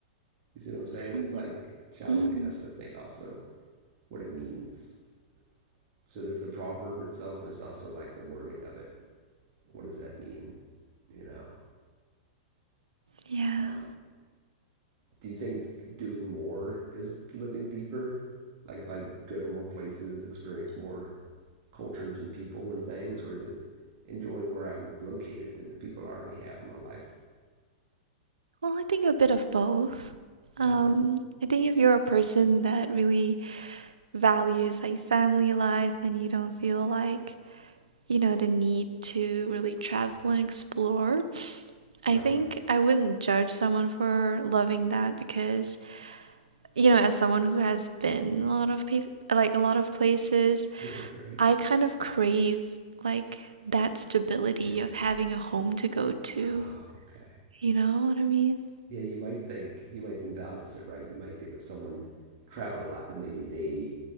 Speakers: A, on the right (about 50°); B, on the right (about 85°).
A: You see what I'm saying?
B: Um,
A: It's like challenging
B: Mm,
A: us to think also what it means. So there's the proverb itself, and there's also like the wording of it. What does that mean? You know,
B: yeah.
A: um, do you think doing more is living deeper? Like if I go to more places, experience more cultures and people and things, or is it enjoying where I'm located and the people I already have in my life?
B: Well, I think a bit of both. Um,
A: Yeah,
B: I think if you're a person that really values like family life and you don't feel like, you know, the need to really travel and explore,
A: right,
B: I think I wouldn't judge someone for loving that because, you know, as someone who has been a lot of pa like a lot of places,
A: right, right.
B: I kind of crave like that stability
A: And
B: of having a home to go to.
A: ah, okay.
B: You know what I mean?
A: Yeah, you might think you might think the opposite, right? You might think of someone traveled a lot that maybe they